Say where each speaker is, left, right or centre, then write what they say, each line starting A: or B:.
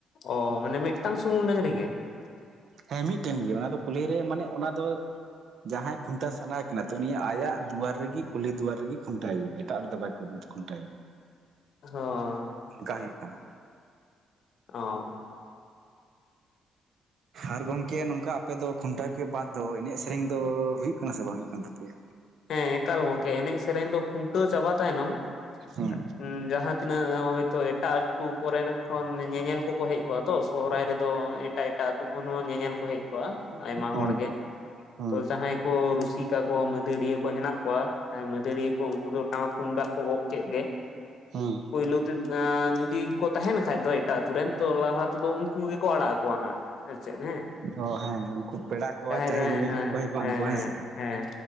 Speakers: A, on the left; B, on the right.
A: ᱚ ᱢᱟᱱᱮ ᱢᱤᱫᱴᱟᱝ ᱥᱩᱢᱩᱝ ᱰᱟᱝᱨᱤ ᱜᱮ
B: ᱦᱮᱸ ᱢᱤᱫᱴᱮᱱ ᱜᱮ ᱚᱱᱟ ᱫᱚ ᱠᱩᱞᱦᱤ ᱨᱮ ᱢᱟᱱᱮ ᱚᱱᱟ ᱫᱚ ᱡᱟᱦᱟᱸᱭ ᱠᱷᱩᱱᱴᱟ ᱥᱟᱱᱟᱭᱮ ᱠᱟᱱᱟ ᱛᱚ ᱩᱱᱤ ᱟᱭᱟᱜ ᱫᱩᱣᱟᱨ ᱨᱮᱜᱮ ᱠᱩᱞᱦᱤ ᱫᱩᱣᱟᱨ ᱨᱮᱜᱮ ᱠᱷᱩᱱᱴᱟᱭᱮᱭᱟ ᱮᱴᱟᱜ ᱨᱮᱫᱚ ᱵᱟᱭ ᱠᱷᱩᱱᱴᱟ, ᱠᱷᱩᱱᱴᱟᱭᱮ
A: ᱦᱚᱸ
B: ᱚᱱᱠᱟ ᱦᱩᱭᱩᱜ ᱠᱟᱱᱟ
A: ᱚ
B: ᱟᱨ ᱜᱚᱢᱠᱮ ᱱᱚᱝᱠᱟ ᱟᱯᱮ ᱫᱚ ᱠᱷᱩᱱᱴᱟᱹᱣ ᱠᱮ ᱵᱟᱫ ᱫᱚ ᱮᱱᱮᱡ ᱥᱮᱨᱮᱧ ᱫᱚ ᱦᱩᱭᱩᱜ ᱠᱟᱱᱟ ᱥᱮ ᱵᱟᱝ ᱦᱩᱭᱩᱜ ᱠᱟᱱ ᱛᱟᱯᱮᱭᱟ,
A: ᱦᱮᱸ ᱮᱠᱟᱞ ᱜᱚᱝᱠᱮ ᱮᱱᱮᱡ ᱥᱮᱨᱮᱧ ᱫᱚ ᱠᱷᱩᱱᱴᱟᱹᱣ ᱪᱟᱵᱟ ᱛᱟᱭᱱᱚᱢ,
B: ᱦᱮᱸ
A: ᱦᱩᱸ ᱡᱟᱦᱟᱸ ᱛᱤᱱᱟᱹᱜ ᱦᱚᱭᱛᱚ ᱮᱴᱟᱜ ᱟᱹᱛᱩ ᱠᱚᱨᱮᱱ, ᱠᱷᱚᱱ ᱧᱮᱧᱮᱞ ᱠᱚᱠᱚ ᱦᱮᱡ ᱠᱚᱜᱼᱟ ᱛᱚ ᱥᱚᱦᱚᱨᱟᱭ ᱨᱮᱫᱚ ᱮᱴᱟᱜ ᱮᱴᱟᱜ ᱟᱛᱩ ᱠᱷᱚᱱ ᱦᱚᱸ ᱧᱮᱧᱮᱞ ᱠᱚ ᱦᱮᱡ ᱠᱚᱜᱼᱟ, ᱟᱭᱢᱟ
B: ᱦᱮᱸ
A: ᱦᱚᱲᱜᱮ
B: ᱦᱮᱸ
A: ᱛᱚ ᱡᱟᱦᱟᱸᱭ ᱠᱚ ᱨᱩᱥᱤᱠᱟ ᱠᱚ ᱢᱟᱹᱫᱟᱹᱲᱤᱭᱟᱹ ᱠᱚ ᱦᱮᱱᱟᱜ ᱠᱚᱣᱟ ᱢᱟᱹᱫᱟᱹᱲᱤᱭᱟᱹ ᱠᱚ ᱩᱱᱠᱩ ᱫᱚ ᱴᱟᱢᱟᱠ ᱛᱩᱢᱫᱟᱜ ᱠᱚ ᱜᱚᱜ ᱠᱮᱫ ᱜᱮ,
B: ᱦᱩᱸ
A: ᱯᱩᱭᱞᱳ ᱛᱮ ᱟᱸ ᱡᱩᱫᱤ ᱠᱚ ᱛᱟᱦᱮᱸᱱ ᱠᱷᱟᱡ ᱫᱚᱭ ᱮᱴᱟᱜ ᱟᱛᱳ ᱨᱮᱱ ᱛᱚ ᱞᱟᱦᱟ ᱛᱮᱫᱚ ᱩᱱᱠᱩ ᱜᱮᱠᱚ ᱟᱲᱟᱜ ᱟᱠᱚᱣᱟ ᱦᱟᱸᱜ, ᱟᱨ ᱪᱮᱫ ᱦᱮᱸ
B: ᱚ ᱦᱮᱸ ᱩᱱᱠᱩ ᱯᱮᱲᱟ ᱠᱚ
A: ᱡᱟᱦᱟᱸᱭ
B: ᱪᱟᱦᱮ
A: ᱡᱟᱦᱟᱸᱭ
B: ᱧᱮᱧᱮᱞ
A: ᱦᱮᱸ
B: ᱠᱚᱠᱚ ᱦᱮᱡ ᱠᱚᱜᱼᱟ
A: ᱦᱮᱸ
B: ᱩᱱᱠᱩ
A: ᱦᱮᱸ
B: ᱥᱮ
A: ᱦᱮᱸ